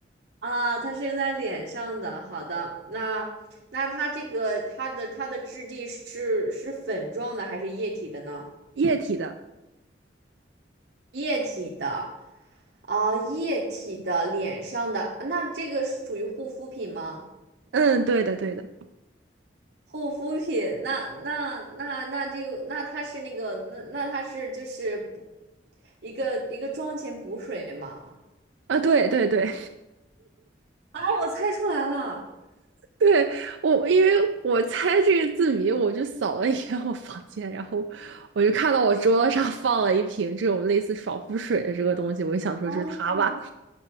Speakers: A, on the right; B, on the right.
A: 啊，它是用在脸上的。好的，那那它这个它的它的质地是是粉状的还是液体的呢？
B: 液体的，
A: 液体的，啊，液体的脸上的，那这个属于护肤品吗？
B: 嗯，对的，对的，
A: 护肤品，那那那那这个，那它是那个，那那它是就是补一个一个妆前补水吗？
B: 啊，对，对，对，
A: 啊，我猜出来了。
B: 对，我，因为我猜这个字谜，我就扫了一眼我房间，然后我就看到我桌子上放了一瓶这种类似爽肤水的这个东西，我就想说就是它吧。
A: 哦